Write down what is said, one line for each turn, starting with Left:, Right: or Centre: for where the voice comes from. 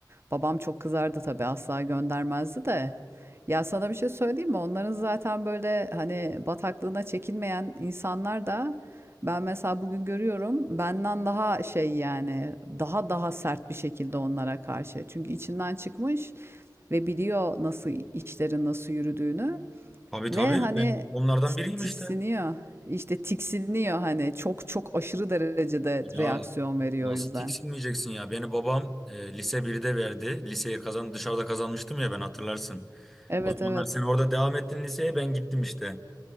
Right: Babam çok kızardı tabii asla göndermezdi de. Ya sana bir şey söyleyeyim mi? Onların zaten böyle hani bataklığına çekilmeyen insanlar da ben mesela bugün görüyorum benden daha şey yani daha daha sert bir şekilde onlara karşı. Çünkü içinden çıkmış ve biliyor nasıl işlerin nasıl yürüdüğünü
Centre: Tabii tabii
Right: ve hani
Centre: ben onlardan
Right: ti-
Centre: biriyim
Right: tiksiniyor.
Centre: işte.
Right: İşte tiksiniyor hani çok çok aşırı derecede
Centre: Ya
Right: reaksiyon veriyor
Centre: nasıl
Right: o yüzden.
Centre: tiksinmeyeceksin ya? Beni babam e, lise birde verdi. Liseyi kazan dışarıda kazanmıştım ya ben hatırlarsın.
Right: Evet
Centre: O zamanlar
Right: evet.
Centre: sen orada devam ettin liseye ben gittim işte.